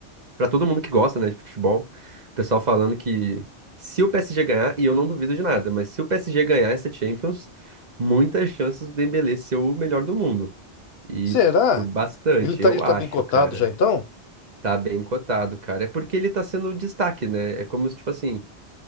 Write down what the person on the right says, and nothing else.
Pra todo mundo que gosta, né, de futebol, o pessoal falando que se o PSG ganhar, e eu não duvido de nada, mas se o PSG ganhar essa Champions, muitas chances do Dembélé ser o melhor do mundo. E
por bastante,
eu
acho,
cara.
Tá bem cotado, cara. É porque ele tá sendo o destaque, né? É como se, tipo assim,